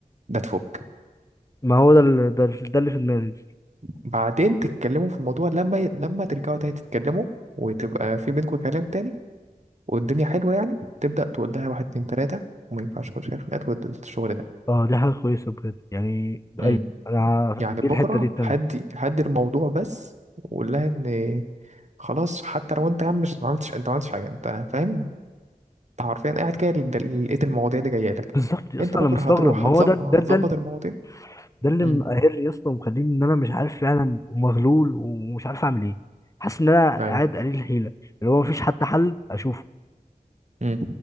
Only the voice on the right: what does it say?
ده تفك
بعدين تتكلموا في الموضوع لما ي... لما ترجعوا تاني تتكلموا وتبقى في بينكم كلام تاني والدنيا حلوة يعني تبدأ تقول لها واحد اتنين تلاتة وما ينفعش كل شوية خناقات والشغل ده
امم
يعني بكرة
هدي هدي الموضوع بس وقول لها ان خلاص حتى لو انت يا عم مش ما عملتش انت ما عملتش حاجة انت فاهم انت حرفيا قاعد كده لد- لقيت المواضيع دي جاية لك
انت
بكرة
هتروح
هتظبط
هتظبط
المواضيع
امم
ايوه
امم